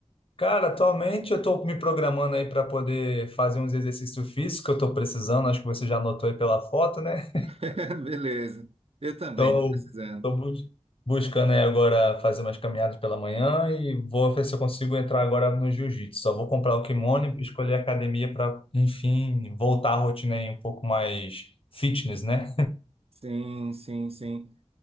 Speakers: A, on the left; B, on the right.
A: Cara, atualmente eu tô me programando aí para poder fazer uns exercícios físicos que eu tô precisando, acho que você já notou aí pela foto, né?
B: <laughs> Beleza. Eu também
A: Tô,
B: tô precisando.
A: tô bus- buscando aí agora fazer umas caminhadas pela manhã e vou ver se eu consigo entrar agora no jiu-jitsu. Só vou comprar o kimono e escolher a academia para, enfim, voltar à rotina aí um pouco mais fitness, né?
B: Sim, sim, sim.